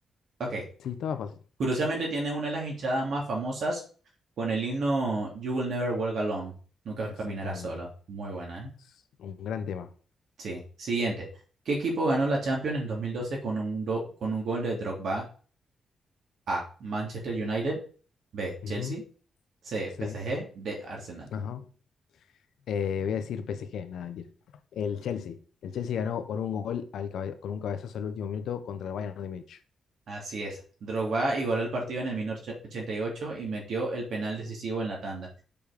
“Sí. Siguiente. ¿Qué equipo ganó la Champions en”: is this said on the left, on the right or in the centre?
Right